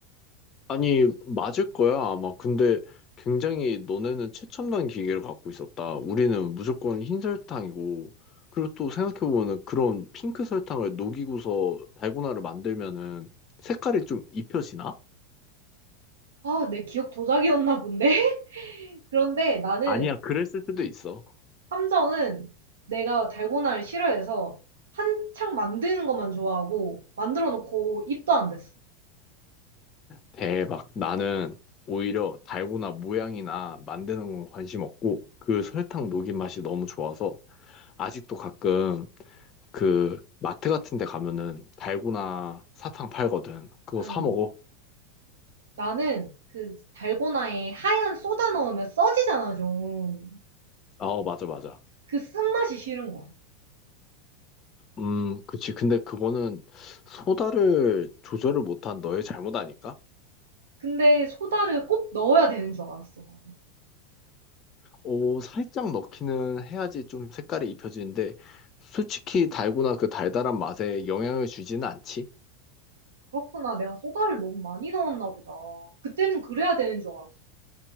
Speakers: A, on the left (about 30°); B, on the right (about 70°).
A: 아니, 맞을 거야, 아마. 근데 굉장히 너네는 최첨단 기계를 갖고 있었다. 우리는 무조건 흰 설탕이고. 그리고 또 생각해보면 그런 핑크 설탕을 녹이고서 달고나를 만들면은 색깔이 좀 입혀지나?
B: 아, 내 기억 조작이었나 본데? <laughs> 그런데 나는
A: 아니야, 그랬을 수도 있어.
B: 함정은 내가 달고나를 싫어해서 한창 만드는 것만 좋아하고 만들어 놓고 입도 안 댔어.
A: 대박. 나는 오히려 달고나 모양이나 만드는 건 관심 없고 그 설탕 녹인 맛이 너무 좋아서 아직도 가끔 그 마트 같은 데 가면은 달고나 사탕 팔거든. 그거
B: 음.
A: 사 먹어.
B: 나는 그 달고나에 하얀 소다 넣으면 써지잖아, 좀.
A: 어, 맞아, 맞아.
B: 그 쓴맛이 싫은 거야.
A: 음, 그치. 근데 그거는 소다를 조절을 못한 너의 잘못 아닐까?
B: 근데 소다를 꼭 넣어야 되는 줄 알았어, 난.
A: 오, 살짝 넣기는 해야지 좀 색깔이 입혀지는데 솔직히 달고나 그 달달한 맛에 영향을 주지는 않지.
B: 그렇구나. 내가 소다를 너무 많이 넣었나 보다. 그때는 그래야 되는 줄 알았어.